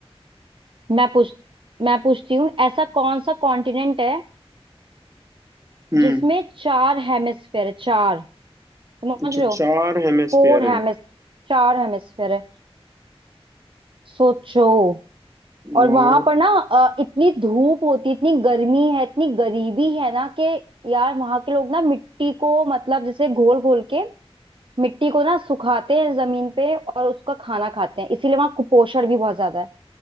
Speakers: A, on the right; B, on the right.
A: मैं पूछ मैं पूछती हूँ ऐसा कौन सा कॉन्टिनेंट है
B: हम्म
A: जिसमें चार हेमिस्फेयर है चार समझ
B: अच्छा
A: रहे हो
B: चार हेमिस्फीयर
A: फोर हेमिस
B: हैं
A: चार हेमिस्फेयर है सोचो और
B: नॉर्थ
A: वहां पर ना अ, इतनी धूप होती इतनी गर्मी है इतनी गरीबी है ना कि यार वहां के लोग ना मिट्टी को मतलब जैसे घोल घोल के मिट्टी को ना सुखाते हैं जमीन पे और उसका खाना खाते हैं इसीलिए वहां कुपोषण भी बहुत ज्यादा है